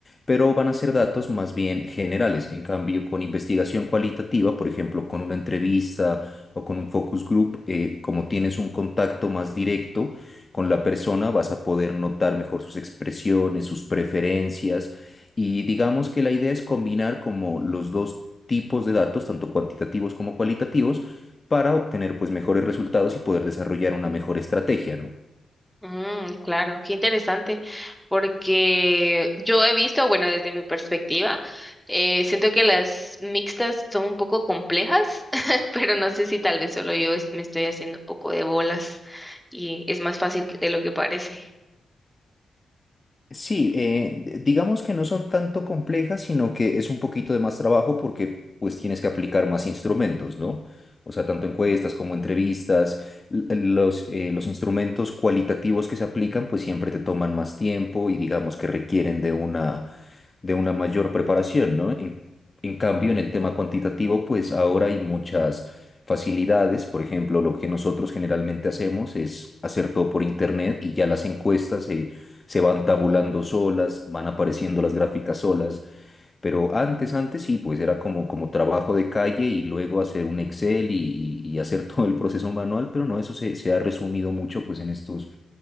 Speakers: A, on the left; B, in the centre.
A: Pero van a ser datos más bien generales. En cambio, con investigación cualitativa, por ejemplo, con una entrevista o con un focus group, eh, como tienes un contacto más directo, con la persona vas a poder notar mejor sus expresiones, sus preferencias y digamos que la idea es combinar como los dos tipos de datos, tanto cuantitativos como cualitativos, para obtener pues mejores resultados y poder desarrollar una mejor estrategia, ¿no?
B: Mm, claro, qué interesante, porque yo he visto, bueno, desde mi perspectiva, eh, siento que las mixtas son un poco complejas, <laughs> pero no sé si tal vez solo yo es- me estoy haciendo un poco de bolas y es más fácil que- de lo que parece.
A: Sí, eh, digamos que no son tanto complejas, sino que es un poquito de más trabajo porque pues tienes que aplicar más instrumentos, ¿no? O sea, tanto encuestas como entrevistas, l- eh, los, eh, los instrumentos cualitativos que se aplican pues siempre te toman más tiempo y digamos que requieren de una de una mayor preparación, ¿no? En, en cambio, en el tema cuantitativo, pues ahora hay muchas facilidades. Por ejemplo, lo que nosotros generalmente hacemos es hacer todo por internet y ya las encuestas se, se van tabulando solas, van apareciendo las gráficas solas. Pero antes, antes sí, pues era como, como trabajo de calle y luego hacer un Excel y, y- y hacer <laughs> todo el proceso manual, pero no, eso se, se ha resumido mucho pues en estos